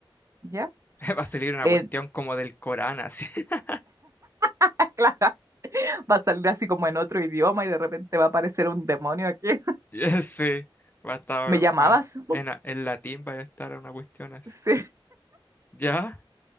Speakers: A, on the right; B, on the left.
A: ¿Ya?
B: <laughs> Va a salir una
A: En,
B: cuestión como del Corán, así. <laughs>
A: <laughs> claro, va a salir así como en otro idioma y de repente va a aparecer un demonio aquí. <laughs>
B: Ya, Sí, va a estar,
A: ¿Me llamabas?
B: va.
A: <laughs>
B: En, a- en latín va a estar una cuestión así.
A: Sí,
B: ¿Ya?